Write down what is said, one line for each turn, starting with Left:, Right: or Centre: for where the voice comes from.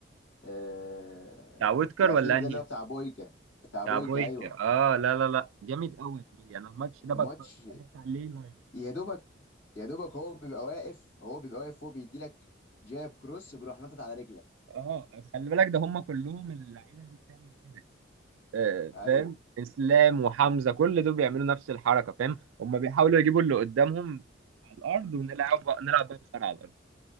Left: آه،
Right: بتاع وودكر
Left: الاخير
Right: ولا
Left: ده
Right: انهي
Left: اللي هو بتاع بويكا بتاع بويكا
Right: كابويكا
Left: ايوه
Right: اه لا لا لا جامد قوي يا زميلي انا الماتش ده
Left: الماتش
Right: بتفرج- اتفرجت عليه لايف
Left: يا دوبك يا دوبك هو بيبقى واقف هو بيبقى واقف هو بيدي لك جاب كروس بيروح نطط على رجلك
Right: اه خلي بالك ده هم كلهم اللعيبه دي بتعمل كده آه
Left: ايوه
Right: فاهم اسلام وحمزه كل دول بيعملوا نفس الحركه فاهم هم بيحاولوا يجيبوا اللي قدامهم على الارض ونلعب بقى نلعب بقى بسرعه على الارض